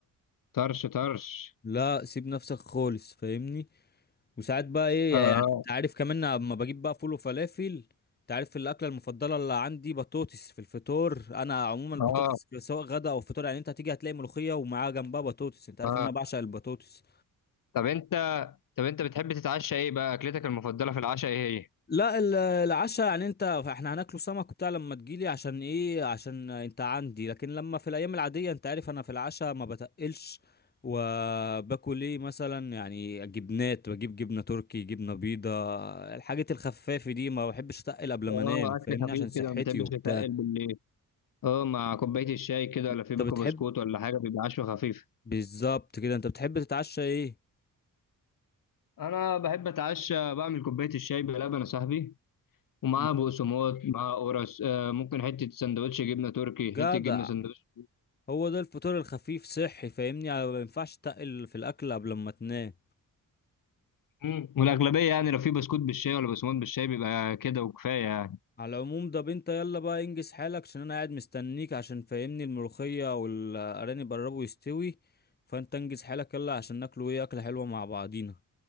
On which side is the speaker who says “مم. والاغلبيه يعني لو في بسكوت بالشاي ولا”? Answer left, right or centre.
Left